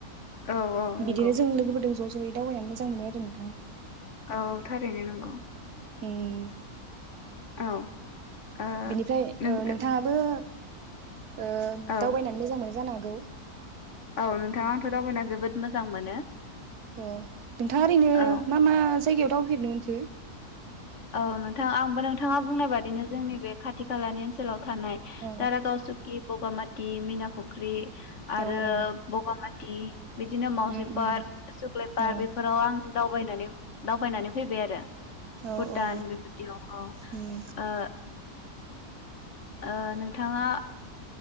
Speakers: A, on the left; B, on the right.
A: औ औ नंगौ
B: बिदिनो जों लोगोफोरदों ज' ज' जयै दावबायनानै मोजां मोनो आरो नोंथां
A: औ थारैनो नंगौ
B: <unintelligible>
A: औ ओ
B: बिनिफ्राय
A: नों
B: ओ नोंथाङाबो ओ दावबायनानै
A: औ
B: मोजां मोनो जा गौ
A: औ नोंथां आंथ दावबायना जोबोद मोजां मोनो।
B: अ नोंथाङा ओरैनो
A: औ
B: मा मा जायगायाव दावबायफेरनो मोनखो।
A: औ नोंथां आंबो नोंथाङा बुंनाय बादिनो जोंनि बे खाथि खालानि ओनसोलाव थानाय
B: अ
A: दारागाव सुकि बगामाति मैना फख्रि। आरो
B: औ औ
A: बगामात दि बिदिनो माउजि
B: उम
A: पार्क
B: उम
A: सुक्लाय पार्क
B: औ
A: बेफोराव आं दावबायनानै दावबायनानै फैबाय आरो।
B: औ
A: भुटान
B: औ
A: बेफोरदियाव औ ओ ।
B: उम
A: ओ नोंथाङा